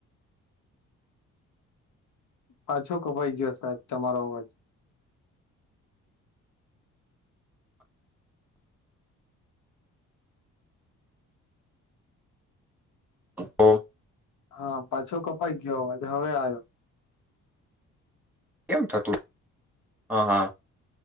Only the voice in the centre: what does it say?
તો
કેમ થતું હા હા.